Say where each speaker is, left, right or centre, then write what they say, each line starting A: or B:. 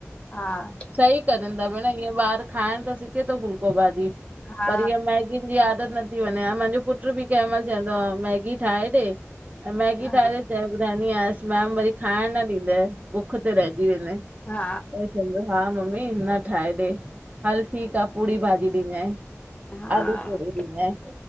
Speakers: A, on the left; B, on the right.
A: हा हा
B: सही करंन ता भेण, ईअं ॿार खाइण त सिेखन ता फुलको भाॼी,
A: हा
B: पर इअ मैगी मैगी जी आदत नथी वंञे, ह मुंहिंजो पुट बि कंहिं मइल चवंदो आ, मैगी ठाहे ॾे। मैगी
A: हा
B: ठाहे करे चए ॿुधाईंदी आयांसि, मैम वरी खाइण न ॾींदई बुक्ख ते रहिजी वेंदे। पो
A: हा
B: चवंदो हा मम्मी न ठाहे ॾे, हल ठीकु आ पूड़ी भाॼी ॾिजंइ,
A: हा
B: आलू पूरी ॾिजंइ,